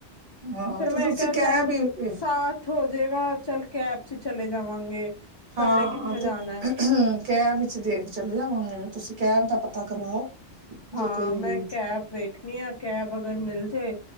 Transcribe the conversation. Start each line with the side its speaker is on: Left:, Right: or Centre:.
Right: ਹਾਂ
Left: ਫਿਰ
Right: ਤੇ
Left: ਮੈਂ
Right: ਤੁਸੀਂ
Left: ਕਿਹਾ
Right: ਕੈਬ
Left: ਚੱਲ
Right: ਹੀ
Left: ਸਾਥ ਹੋ ਜੇਗਾ ਚੱਲ ਕੈਬ ਚ ਚਲੇ ਜਾਵਾਂਗੇ ਇਕੱਲੇ
Right: ਹਾਂ
Left: ਕਿੱਥੇ ਜਾਣਾ
Right: ਤੇ ਕਹਿ ਵਿੱਚ ਦੇ ਚਲੇ ਜਾਵਾਂਗੇ ਤੁਸੀਂ ਕੈਬ ਦਾ ਪਤਾ ਕਰਵਾਓ
Left: ਹਾਂ
Right: ਜੇ ਕੋਈ
Left: ਮੈਂ ਕੈਬ ਵੇਖਣੀ ਆ ਕੈਬ ਅ ਅਗਰ ਮਿਲ ਜੇ